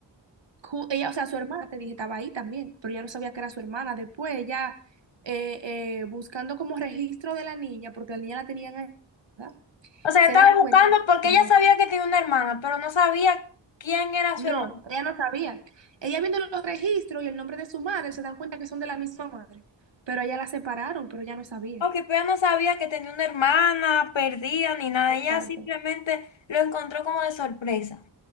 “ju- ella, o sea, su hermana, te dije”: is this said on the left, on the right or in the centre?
Right